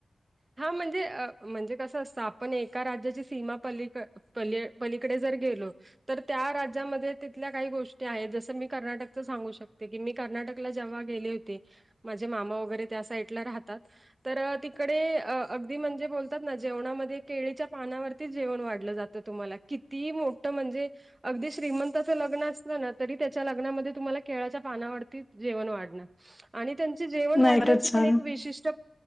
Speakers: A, on the right; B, on the left.
A: हा म्हणजे म्हणजे कसं असतं आपण एका राज्याची सीमा पलीकडे पली पलीकडे जर गेलो तर त्या राज्यामध्ये तिथल्या काही गोष्टी आहेत जसं मी कर्नाटकच सांगू शकते की मी कर्नाटक जेंव्हा गेली होते म्हणजे माझे मामा वगैरे त्या साईड राहातात. तर तिकडे.... अ अगदी म्हणजे बोलतात ना जेवणामध्ये केळीच्या पानावरतीच जेवण वाढलं जातं तुम्हाला. किती मोठं म्हणजे... अगदी श्रीमंताचं लग्न असलं ना तरी त्याच्या लग्नामध्ये तुम्हाला केळाच्या पानावरती जेवण वाढणार. आणि त्यांची जेवण
B: नाही
A: वाढण्याची
B: खरंच छान
A: पण एक विशिष्ट